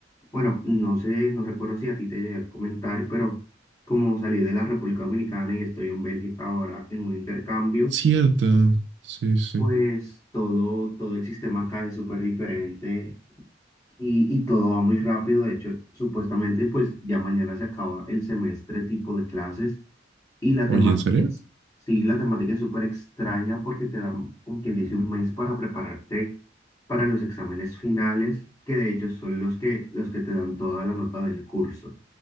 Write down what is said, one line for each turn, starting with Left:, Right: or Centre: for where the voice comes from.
Left: bueno, no sé, no recuerdo si a ti te llegué a comentar, pero como salí de la República Dominicana y estoy en Bélgica ahora en un intercambio,
Right: Cierto. Sí, sí.
Left: pues todo, todo el sistema acá es súper diferente y, y todo va muy rápido. De hecho, supuestamente, pues ya mañana se acaba el semestre tipo de clases. Y la
Right: Oye,
Left: temática,
Right: ¿en serio?
Left: es- sí, la temática es súper extraña porque te dan, como quien dice, un mes para prepararte para los exámenes finales, que de hecho son los que, los que te dan toda la nota del curso.